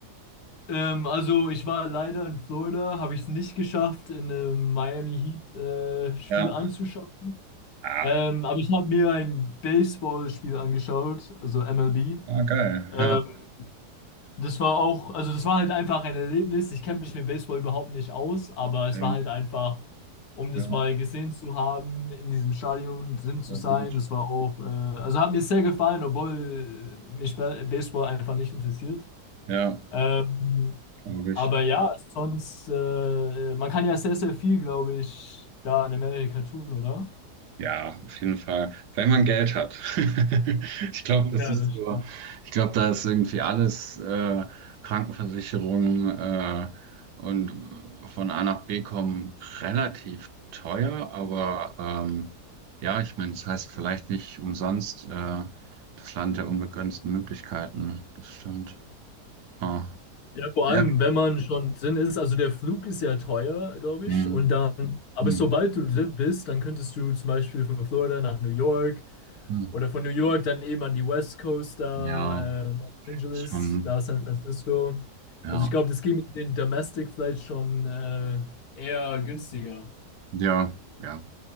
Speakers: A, on the left (about 65°); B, on the right (about 80°).
A: ähm, also ich war leider in Florida, habe ich es nicht geschafft, in einem Miami Heat äh, Spiel
B: Ja.
A: anzuschauen.
B: Ah,
A: Ähm, aber ich habe mir ein Baseballspiel angeschaut, also MLB.
B: ah, geil.
A: Ähm,
B: Ja.
A: das war auch, also das war halt einfach ein Erlebnis. Ich kenne mich mit Baseball überhaupt nicht aus, aber es
B: Sehr
A: war halt
B: gut.
A: einfach, um das
B: Ja,
A: mal gesehen zu haben, in diesem Stadion drin zu
B: war
A: sein.
B: gut.
A: Das war auch, äh, also hat mir sehr gefallen, obwohl mich Ba- Baseball einfach nicht interessiert.
B: Ja,
A: Ähm,
B: glaube ich.
A: aber ja, sonst, äh, man kann ja sehr, sehr viel, glaube ich, da in Amerika tun, oder?
B: Ja, auf jeden Fall. Wenn man Geld hat. <laughs> Ich glaube, das
A: Ja,
B: ist
A: das
B: so,
A: stimmt.
B: ich glaube, da ist irgendwie alles, äh, Krankenversicherung, äh, und von A nach B kommen relativ teuer, aber ähm, ja, ich meine, es heißt vielleicht nicht umsonst äh, das Land der unbegrenzten Möglichkeiten. Das stimmt. Ah.
A: Ja, vor
B: Ja.
A: allem, wenn man schon drin ist, also der Flug ist ja teuer, glaube
B: Hm,
A: ich, und dann, aber
B: hm,
A: sobald du drin bist, dann könntest du zum Beispiel von Florida nach New York
B: hm.
A: oder von New York dann eben an die West Coast da,
B: Ja,
A: äh, Los Angeles,
B: schon,
A: da San Francisco.
B: ja.
A: Also ich glaube, das geht mit den Domestic vielleicht schon äh, eher günstiger.
B: Ja, ja.